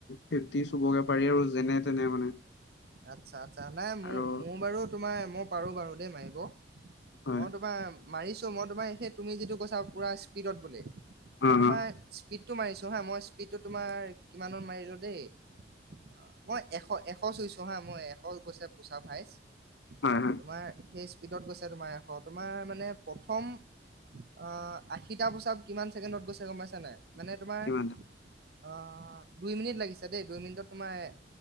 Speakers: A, on the left; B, on the right.
A: ফিফটি চুবগে পাৰি আৰু যেনে তেনে মানে।
B: আচ্ছা আচ্ছা নাই মোৰ
A: আৰু
B: মোৰ বাৰু তোমাৰ মই পাৰো বাৰু দেই মাৰিব।
A: হয়
B: মই তোমাৰ মাৰিছো মই তোমাৰ সেই তুমি যিটো কৈছা পুৰা স্পীডত বুলি
A: অ
B: মই
A: অ
B: তোমাৰ স্পীডটো মাৰিছোঁ হা মই স্পীডটো তোমাৰ কিমানমানত মাৰিলোঁ দেই। অ মই এশ এশ চুইছো হা মই এশ গৈছে পোচাপ হাইচ।
A: হয় হয়।
B: তোমাৰ সেই স্পীডত গৈছে তোমাৰ এশ তোমাৰ মানে প্ৰথম আহ আশিটা পুচাব কিমান ছেকেণ্ডত গৈছে গম পাইছা নাই! মানে তোমাৰ
A: কিমান
B: অ দুই মিনিট লাগিছে দেই, দুই মিনিটত তোমাৰ